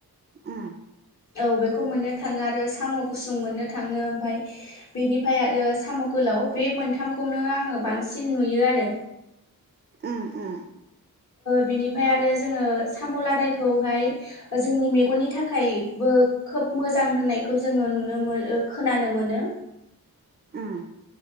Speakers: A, on the right; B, on the left.
A: उम
B: औ बेखौ मोननो थाङो आरो साम' गुसुं मोननो थाङो ओमफ्राय बेनिफ्राय आरो साम' गोलाव बे मोनथामखौनो आङो बांसिन नुयो आरो
A: उम उम
B: बिनिफ्राय आरो जोङो साम' लादायखौहाय जोंनि मेगननि थाखाय खोब मोजां होननायखौ जोङो नुनो मोनो खोनानो मोनो
A: <unintelligible> उम